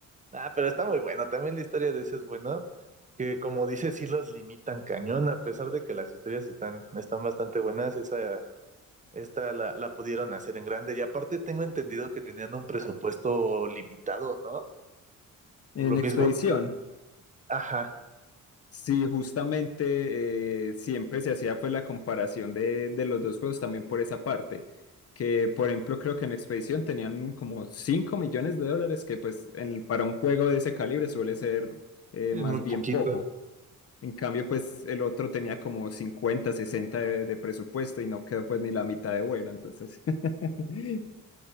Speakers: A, on the right; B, on the left.
A: Ah, pero está muy bueno. También la historia de ese es bueno, que como dices, sí los limitan cañón, a pesar de que las historias están, están bastante buenas, esa, esta la, la pudieron hacer en grande. Y aparte tengo entendido que tenían un presupuesto limitado, ¿no?
B: en
A: Por lo
B: Expedición.
A: mismo que era- Ajá,
B: Sí, justamente eh, siempre se hacía pues la comparación de, de los dos juegos también por esa parte, que por ejemplo creo que en Expedición tenían como 5 millones de dólares, que pues en- para un juego de ese calibre suele ser eh,
A: es
B: más
A: muy
B: bien
A: poquito.
B: poco. En cambio pues el otro tenía como 50 60 de, de presupuesto y no quedó pues ni la mitad de bueno, entonces <laughs>